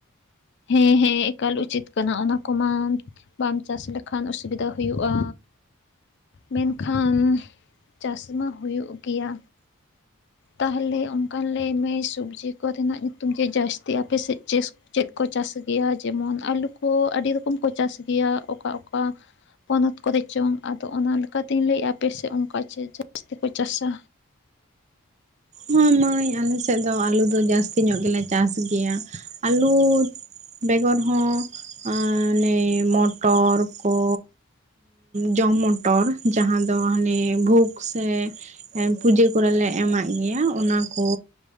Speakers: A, on the left (about 55°); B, on the right (about 35°).
A: ᱦᱮᱸ ᱦᱮᱸ ᱮᱠᱟᱞ ᱩᱪᱤᱛ ᱠᱟᱱᱟ ᱚᱱᱟ ᱠᱚᱢᱟ ᱵᱟᱢ ᱪᱟᱥ ᱞᱮᱠᱷᱟᱱ ᱚᱥᱩᱵᱤᱫᱷᱟ ᱦᱩᱭᱩᱜᱼᱟ ᱢᱮᱱᱠᱷᱟᱱ ᱪᱟᱥ ᱢᱟ ᱦᱩᱭᱩᱜ ᱜᱮᱭᱟ ᱛᱟᱦᱚᱞᱮ ᱚᱱᱠᱟᱱ ᱞᱟᱹᱭᱢᱮ ᱥᱚᱵᱽᱡᱤ ᱠᱚᱨᱮᱱᱟᱜ ᱧᱩᱛᱩᱢ ᱪᱮᱫ ᱡᱟᱹᱥᱛᱤ ᱟᱯᱮᱥᱮᱫ ᱪᱮᱫ ᱪᱮᱫ ᱠᱚ ᱪᱟᱥ ᱜᱮᱭᱟ ᱡᱮᱢᱚᱱ ᱟᱹᱞᱩ ᱠᱚ ᱟᱹᱰᱤ ᱨᱚᱠᱚᱢ ᱠᱚ ᱪᱟᱥ ᱜᱮᱭᱟ ᱚᱠᱟ ᱚᱠᱟ ᱯᱚᱱᱚᱛ ᱠᱚᱨᱮ ᱪᱚᱝ ᱟᱫᱚ ᱚᱱᱟ ᱞᱮᱠᱟᱛᱮᱧ ᱞᱟᱹᱭᱮᱜᱼᱟ ᱟᱯᱮᱥᱮᱫ ᱚᱱᱠᱟ ᱪᱮᱫ ᱡᱟᱹᱥᱛᱤ ᱠᱚ ᱪᱟᱥᱟ
B: ᱦᱚᱸ ᱢᱟᱹᱭ ᱟᱞᱮ ᱥᱮᱫ ᱫᱚ ᱟᱹᱞᱩ ᱫᱚ ᱡᱟᱹᱥᱛᱤ ᱧᱚᱜ ᱜᱮᱞᱮ ᱪᱟᱥ ᱜᱮᱭᱟ ᱟᱹᱞᱩ ᱵᱮᱜᱚᱨ ᱟᱺ ᱦᱟᱸᱱᱮ ᱢᱚᱴᱚᱨ ᱠᱚ ᱡᱚᱢ ᱢᱚᱴᱚᱨ ᱡᱟᱦᱟᱸ ᱫᱚ ᱦᱟᱱᱮ ᱵᱷᱳᱜᱽ ᱥᱮ ᱯᱩᱡᱟᱹ ᱠᱚᱨᱮᱞᱮ ᱮᱢᱟᱜ ᱜᱮᱭᱟ ᱚᱱᱟᱠᱚ